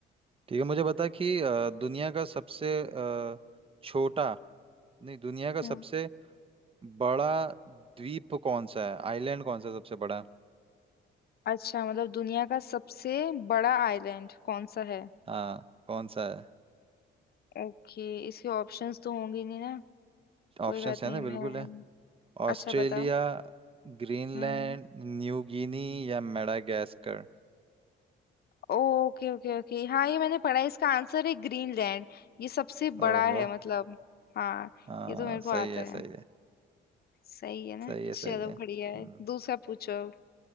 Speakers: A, on the right; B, on the left.
A: ठीक है मुझे बता कि अ, दुनिया का सबसे अ, छोटा नहीं दुनिया का सबसे
B: हम्म
A: बड़ा द्वीप कौन सा है आइलैंड कौन सा सबसे बड़ा है?
B: अच्छा मतलब दुनिया का सबसे बड़ा आइलैंड कौन सा है
A: हाँ कौन सा है
B: ओके इसके ऑप्शंस तो होंगे नहीं ना
A: ऑप्शंस
B: कोई बात
A: है
B: नहीं
A: ना
B: मैं
A: बिल्कुल है ऑस्ट्रेलिया
B: अच्छा बताओ
A: ग्रीनलैंड
B: हम्म
A: न्यू गिनी या मेडागास्कर
B: ओके ओके ओके हाँ ये मैंने पढ़ा है, इसका आंसर है ग्रीनलैंड ये सबसे बड़ा
A: ओहो
B: है मतलब हाँ
A: हाँ
B: ये तो मेरे को
A: सही
B: आता
A: है
B: है
A: सही है
B: सही है ना
A: सही है
B: चलो
A: सही है
B: बढ़िया है
A: हम्म,
B: दूसरा पूछो अब।